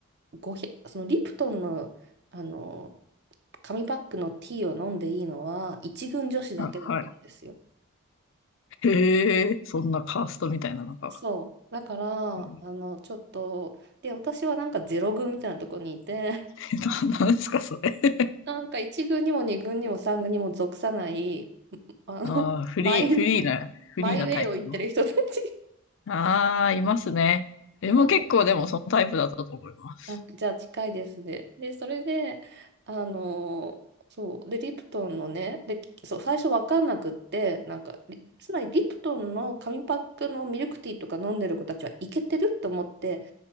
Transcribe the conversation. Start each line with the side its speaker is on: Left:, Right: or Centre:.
Right: ごひ、そのリプトンの、あの、紙パックのティーを飲んでいいのは、一軍女子だけだったんですよ。
Left: ははい。へえ、そんなカーストみたいなのか。
Right: そう。だから、
Left: うん、
Right: あの、ちょっと、で、私はなんかゼロ軍みたいなとこにいて、
Left: <laughs> ななんですか、それ。
Right: なんか一軍にも二軍にも三軍にも属さない、あの、
Left: ああ、フリー、
Right: マイ、
Left: フリーな、フリーなタイプの。
Right: マイウェイを言ってる人たち
Left: ああ、いますね。でも結構でもそのタイプだったと思います。
Right: そう、あ、じゃあ近いですね。で、それで、あのーそう、で、リプトンのね、で、そう、最初分かんなくって、なんか、リつまりリプトンの紙パックのミルクティーとか飲んでる子たちはイケてると思って、